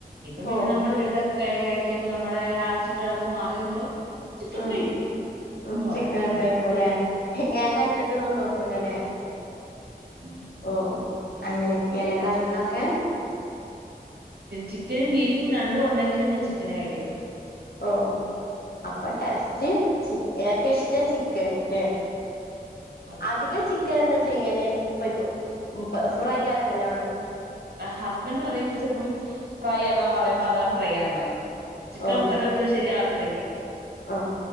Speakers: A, on the right; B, on the left.
A: ഇപ്പോ പിന്നെ
B: ഓ
A: നമ്മള് വലുതാ ക്കെയായി കഴിയുമ്പോ നമ്മടെ ആ ചിട്ടകളൊക്കെ മാറി നമ്മള് ചിക്കൻ
B: ഉം
A: കഴിക്കും
B: ഉം
A: എന്ന് പറയാം
B: ചിക്കനാണ്ട്
A: ഉം
B: കഴിക്കൂല്ലേ? ഏതാ
A: ഉം
B: ഇള്ളതിന്നൊന്നും നോക്കൂലല്ലേ?
A: ഉം
B: ഓഹ് അങ്ങനെക്കെയാ അല്ലേ കാര്യങ്ങളക്കെ.
A: ചിക്കനും ബീഫും രണ്ടും ഉണ്ടെ ങ്കിലും ഞാൻ ചിക്കനേ കയിക്കത്തുള്ളൂ.
B: ഓ അപ്പോ ടേസ്റ്റ് ചി ഏറ്റം ഇഷ്ടം ചിക്കന് ല്ലേ?
A: അതെ
B: അധികം ചിക്കൻ എന്താ ചെയ്യല് പോയ് ഫ്രൈ ആക്കലാണോ
A: ഹസ്ബന്റ് പറയും ചേൽപ്പം ഫ്രൈ ആക്കാൻ പറയുമ്പോ അതാ ഫ്രൈ അങ്ങാക്കും ചിക്കൻ
B: ഓ
A: കറി വെക്ക്ണെ ശരിയാ ല്ലെങ്കി
B: ആഹ്